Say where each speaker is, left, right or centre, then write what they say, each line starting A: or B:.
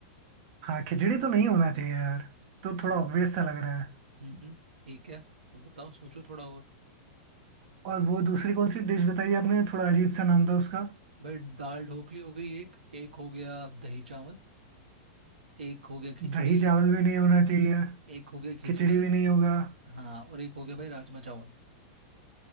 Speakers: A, on the right (about 50°); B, on the right (about 85°).
A: हाँ खिचड़ी तो नहीं होना चाहिए यार तो थोड़ा
B: हम्म
A: ऑब्वियस सा लग रहा है
B: हम्म हम्म, ठीक है तो बताओ सोचो थोड़ा और
A: और वो दूसरी कौन सी डिश बताई आपने थोड़ा अजीब सा नाम था उसका
B: भाई दाल ढोकली हो गई एक एक हो गया दही चावल एक हो गया खिचड़ी
A: दही चावल भी नहीं होना चाहिए
B: एक हो गया खिचड़ी
A: खिचड़ी भी नहीं होगा
B: हाँ और एक हो गया भाई राजमा चावल